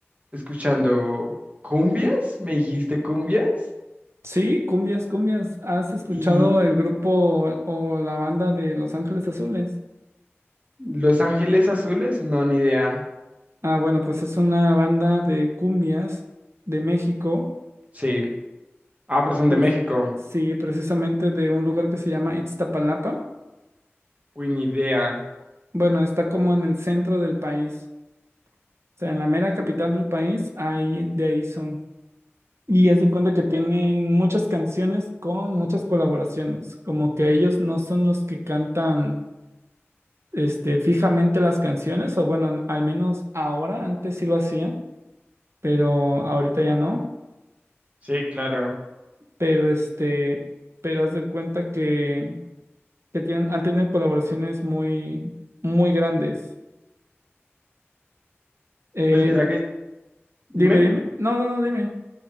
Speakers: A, on the right; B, on the right.
A: escuchando cumbias, me dijiste cumbias.
B: sí, cumbias, cumbias. ¿Has escuchado
A: ¿Y
B: el grupo o la banda de Los Ángeles Azules?
A: Los Ángeles Azules, no, ni idea.
B: Ah, bueno, pues es una banda de cumbias de México,
A: Sí. Ah, pero son
B: pres-
A: de México.
B: sí, precisamente de un lugar que se llama Iztapalapa.
A: Uy, ni idea.
B: Bueno, está como en el centro del país, o sea, en la mera capital del país, ahí de ahí son. Y es de cuenta que tienen muchas canciones con muchas colaboraciones, como que ellos no son los que cantan este, fijamente las canciones, o bueno, al menos ahora, antes sí lo hacían, pero ahorita ya no.
A: Sí, claro.
B: pero este, pero haz de cuenta que, que tienen, han tenido colaboraciones muy, muy grandes. Eh,
A: Pues mira que, dime.
B: dime, dime. No, no, no, dime.